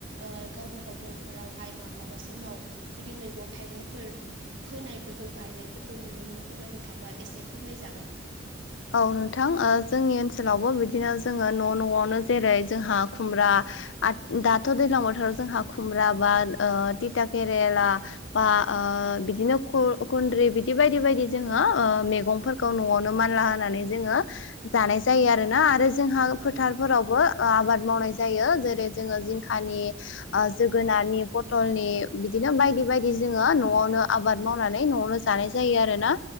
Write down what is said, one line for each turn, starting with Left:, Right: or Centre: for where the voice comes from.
Right: ओ गावबा गाव न'खरावहाय माब्लाबा समाव बिदि मैगं थाइगंफोर फोनायफोरखौ गायनायफोरखौ नुनो मोनो खोमा नोंथां मा एसे फोरमायजागोन।
Left: औ नोंथां ओ जोंनि ओनसोलावबो बिदिनो जोङो न' न'आवनो जेरै जोंहा खुमब्रा आ दाथ' दैज्लां बोथोराव जोंहा खुमब्रा बा थिथा केरेला बा ओ बिदिनो खु-खुन्द्रि बिदि बायदि बायदि जोङो मैगंफोरखौ न'आवनो मानला होनानै जोङो जानाय जायो आरोना आरो जोंहा
Right: औ
Left: फोथारफोरावबो ओ आबाद मावनाय जायो जेरै जोङो जिंखानि ओ जोगोनारनि, पटलनि बिदिनो बायदि बायदि जोङो न'आवनो आबाद मावनानै न'आवनो जानाय जायो आरो ना।